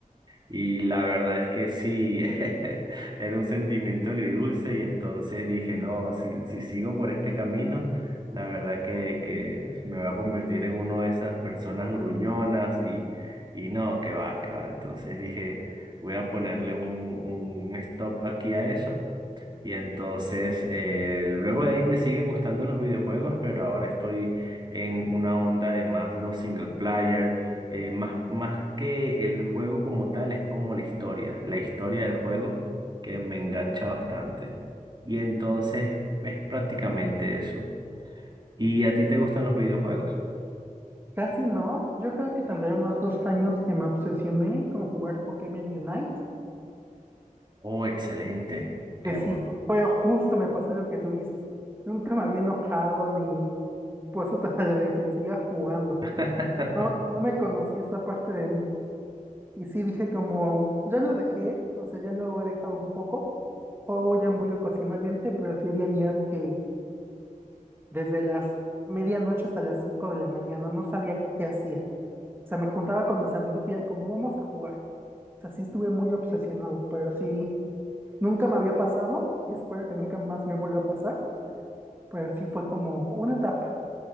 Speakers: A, on the right; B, on the right.
A: Y la verdad es que sí, <laughs> era un sentimiento agridulce y entonces dije, no, si, si sigo por este camino, la verdad que, que me va a convertir en uno de esas personas gruñonas y, y no, que va, que va. Entonces dije, voy a ponerle un, un stop aquí a eso y entonces, eh, luego de ahí me siguen gustando los videojuegos, pero ahora estoy en una onda de más los single player, eh, más, más que el juego como tal, es como la historia, la historia del juego que me engancha bastante. Y entonces es prácticamente eso. ¿Y a ti te gustan los videojuegos?
B: Casi no. Yo creo que tendré unos dos años que me obsesioné con jugar Pokémon Unite.
A: Oh, excelente, Kemon.
B: que sí fue, fue justo, me pasó lo que tú dices. Nunca me había enojado ni puesto toda la defensiva jugando.
A: <laughs>
B: No, no me conocí esa parte de mí. Y sí dije como, ya lo dejé, o sea, ya lo he dejado un poco. Juego ya muy ocasionalmente, pero sí había días que desde las medianoche hasta las 5 de la mañana no sabía qué hacía. O sea, me juntaba con mis amigos y era como, vamos a jugar. O sea, sí estuve muy obsesionado, pero sí, nunca me había pasado y espero que nunca más me vuelva a pasar. pero sí fue como una etapa.